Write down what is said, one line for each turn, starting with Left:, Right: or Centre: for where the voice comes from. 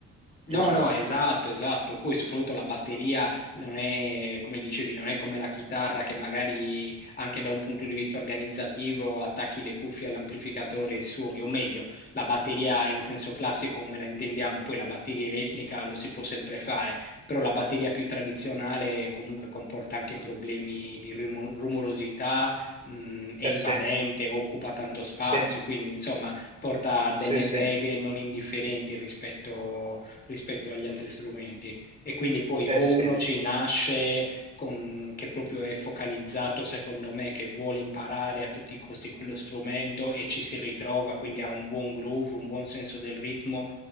Right: giusto?
Left: No, no, esatto, esatto. Poi soprattutto la batteria non è, come dicevi, non è come la chitarra che magari anche da un punto di vista organizzativo attacchi le cuffie all'amplificatore e suoni, o meglio, la batteria in senso classico come la intendiamo, poi la batteria elettrica lo si può sempre fare, però la batteria più tradizionale comunque comporta anche problemi di rumo- rumorosità, mh, è
Right: Eh
Left: invadente,
Right: sì,
Left: occupa tanto spazio,
Right: sì,
Left: quindi insomma porta delle
Right: sì, sì,
Left: beghe non indifferenti rispetto rispetto agli altri strumenti. E quindi poi
Right: eh
Left: o
Right: sì,
Left: uno ci nasce con, che proprio è focalizzato, secondo me, che vuole imparare a tutti i costi quello strumento e ci si ritrova, quindi ha un buon groove, un buon senso del ritmo,